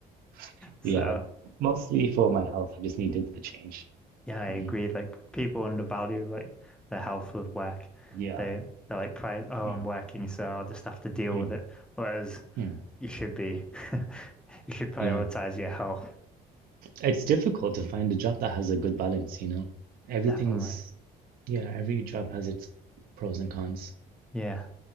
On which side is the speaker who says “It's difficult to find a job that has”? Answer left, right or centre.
Right